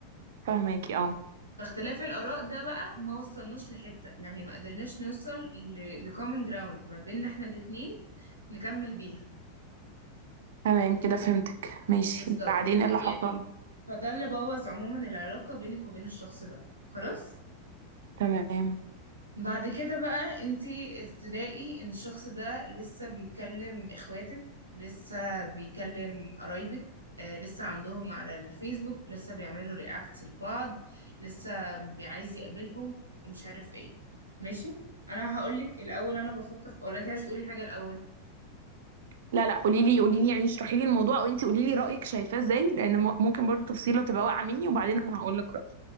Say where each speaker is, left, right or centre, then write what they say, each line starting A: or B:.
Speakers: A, on the right; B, on the right.
A: فاهماكي اه
B: فاختلاف الآراء ده بقى ما وصلناش لحتة يعني ما قدرناش نوصل لكومن جراوند ما بيننا احنا الاتنين نكمل بيها
A: تمام كده فهمتك ماشي
B: بالظبط
A: بعدين
B: فيعني
A: ايه اللي حصل
B: فده اللي بوظ عموما العلاقة بينك وبين الشخص ده خلاص
A: تمام
B: بعد كده بقى انتي تلاقي ان الشخص ده لسه بيكلم اخواتك لسه بيكلم قرايبك آه، لسه عندهم على الفيسبوك لسه بيعملوا رياكت لبعض لسه بيعايز يقابلهم ومش عارف ايه ماشي انا هقولك الاول انا بفكر ولا انت عايز تقولي حاجة الاول
A: لا لا قولي لي قولي لي يعني اشرحي لي الموضوع او انتي قولي لي رأيك شايفاه ازاي لان م- ممكن برضو تفصيلة تبقى واقعة مني وبعدين انا هقول لك رأيي